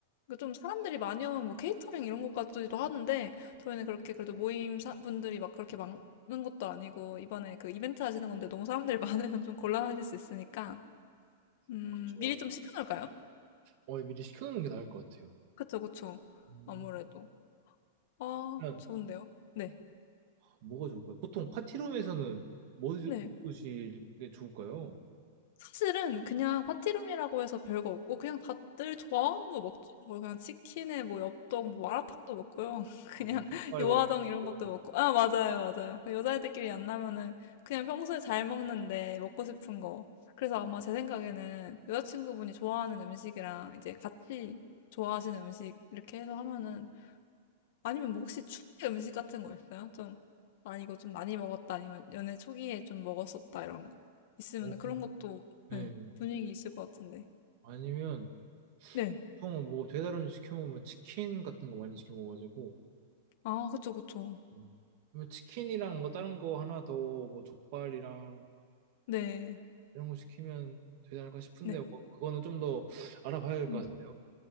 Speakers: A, on the left (about 60°); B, on the right (about 50°).
A: 그좀 사람들이 많이 오면 뭐 케이터링 이런 것까지도 하는데, 저희는 그렇게 그래도 모임 사- 분들이 막 그렇게 많은 것도 아니고, 이번에 그 이벤트 하시는 건데 너무 사람들이 <laughs> 많으면 좀 곤란하실 수 있으니까, 음,
B: 아, 그쵸.
A: 미리 좀 시켜놓을까요?
B: 어, 미리 시켜놓는 게 나을 것 같아요.
A: 그쵸, 그쵸.
B: 음.
A: 아무래도. 아,
B: 그러면
A: 좋은데요? 네.
B: 뭐가 좋을까요? 보통 파티룸에서는 뭐 드-
A: 네.
B: 드실 게 좋을까요?
A: 사실은 그냥 파티룸이라고 해서 별거 없고, 그냥 다들 좋아하는 거 먹죠. 뭐, 그냥 치킨에 뭐, 엽떡, 뭐, 마라탕도 먹고요. <laughs>
B: 아,
A: 그냥
B: 막 족발
A: 요화정
B: 막 이런
A: 이런
B: 거
A: 것도 먹고. 아, 맞아요, 맞아요. 그 여자애들끼리 만나면은 그냥 평소에 잘 먹는데 먹고 싶은 거. 그래서 아마 제 생각에는 여자친구분이 좋아하는 음식이랑 이제 같이 좋아하시는 음식 이렇게 해서 하면은 아니면 뭐 혹시 추억의 음식 같은 거 있어요? 좀, 아, 이거 좀 많이 먹었다, 아니면 연애 초기에 좀 먹었었다, 이런 거. 있으면
B: 있고.
A: 그런 것도,
B: 네.
A: 네, 분위기 있을 것 같은데.
B: 아니면
A: 네.
B: 보통 뭐 배달 음식 시켜 먹으면 치킨 같은 거 많이 시켜 먹어가지고
A: 아, 그쵸, 그쵸.
B: 음. 그러면 치킨이랑 뭐 다른 거 하나 더 뭐 족발이랑
A: 네.
B: 이런 거 시키면 되지 않을까 싶은데
A: 네.
B: 뭐 그거는 좀 더 알아봐야 될
A: 음.
B: 것 같은데요.